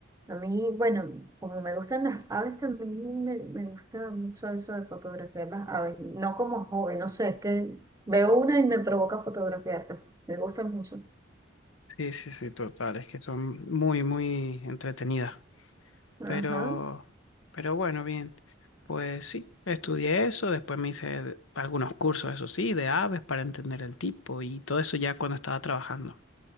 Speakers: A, on the right; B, on the left.
A: A mí, bueno, como me gustan las aves, también me, me gusta mucho eso de fotografiar las aves. No como hobby, no sé, es que veo una y me provoca fotografiarla. Me gusta mucho.
B: Sí, sí, sí, total, es que son muy, muy entretenidas.
A: Ajá.
B: Pero, pero bueno, bien, pues sí, estudié eso, después me hice algunos cursos, eso sí, de aves para entender el tipo y todo eso ya cuando estaba trabajando.